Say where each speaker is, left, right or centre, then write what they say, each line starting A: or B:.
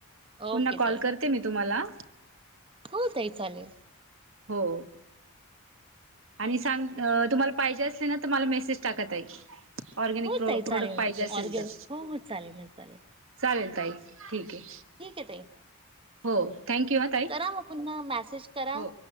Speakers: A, on the right (about 25°); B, on the right (about 60°).
A: ओके.
B: पुन्हा कॉल करते मी तुम्हाला
A: हो ताई चालेल.
B: हो. आणि सांग तुम्हाला पाहिजे असले ना तर मला मेसेज काका ताई. ऑरगॅनिक
A: हो
B: प्रॉडक्ट
A: ताई चालेल
B: पाहिजे
A: ना
B: असेल
A: ऑर्गॅनिक
B: तर.
A: हो हो चालेल ना चालेल
B: चालेल ताई ठीक आहे.
A: ठीक आहे ताई
B: हो थँक यू ह तई
A: करा मग पुन्हा मॅसेज करा
B: हो.